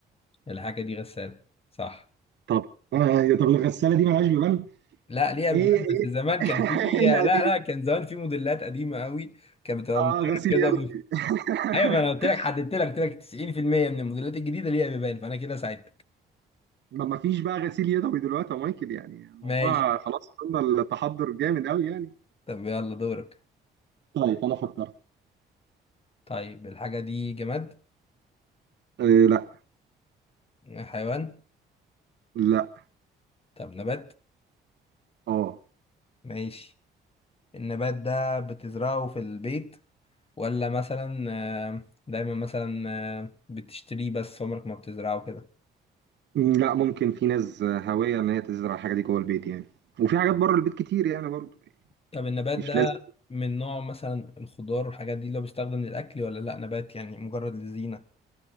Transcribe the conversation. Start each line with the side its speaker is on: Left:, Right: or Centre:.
Left: الحاجه دي غساله صح
Right: طب آه إيه، طب الغساله دي مالهاش ببان
Left: لا ليها
Right: ايه
Left: بيبان
Right: ايه
Left: بس زمان
Right: <laughs>
Left: كان في
Right: ايه القديم
Left: لا لا كان زمان في موديلات قديمه قوي كانت بتبقى
Right: اه
Left: مدورة
Right: غسيل
Left: كده
Right: يدوي
Left: و...
Right: <laughs>
Left: ايوه ما انا قلت لك حددت لك قلت لك 90% من الموديلات الجديده ليها بيبان فانا كده ساعدتك
Right: ما ما فيش بقى غسيل يدوي دلوقتي يا مايكل يعني الموضوع
Left: ماشي
Right: خلاص وصلنا التحضر جامد قوي يعني
Left: طب يلا دورك
Right: طيب انا فكرت
Left: طيب الحاجه دي جماد
Right: إيه لا
Left: حيوان
Right: لا
Left: طب نبات
Right: اه
Left: ماشي النبات ده بتزرعه في البيت ولا مثلا آه، دايما مثلا آه، بتشتريه بس عمرك ما بتزرعه كده
Right: مم، لا ممكن في ناس هاوية إن هي تزرع الحاجة دي جوه البيت يعني وفي حاجات بره البيت كتير يعني برضه
Left: طب النبات
Right: مش
Left: ده
Right: لازم
Left: من نوع مثلا الخضار والحاجات دي اللي هو بيستخدم للأكل ولا لأ نبات يعني مجرد للزينة